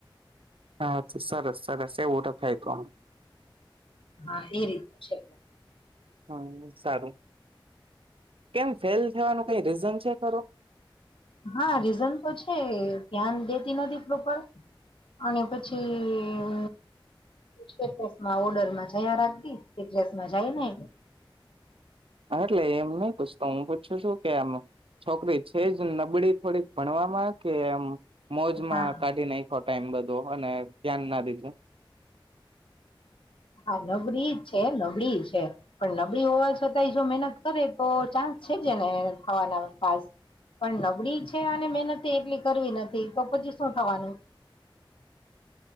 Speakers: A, on the right; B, on the left.
A: હા સરસ સરસેટ ખાયતો
B: હા એ રીતનું છે એટલે
A: હમ સારું કેમ ફેલ થવાનું કઈ રીઝન છે ખરું
B: હા રીઝન તો છે ધ્યાન દેતી નથી પ્રપર હન એ પછી સ્ટેટસમાં ઓર્ડરમાં જયા રાખતી સ્ટેટસમાં જાય ને
A: એટલે એમ નહ પૂછતો હું ું શું કે આમ છોકરી છે જ નબળી થોડીક ભણવામાં કે એમ મોજમાં
B: હા
A: કાઢી નાખો ટાઈમ બધું અને ધ્યાન ના દીધું
B: હા નો બ્રી છે નબળી છે પણ નબળી હોવા છતાંય જો મહેનત કરે તો ચાન્સ છે જને ખવાના પા પણ નબળી છે અને મહેનતે એટલી કરવી નથી પછી શું થવાનું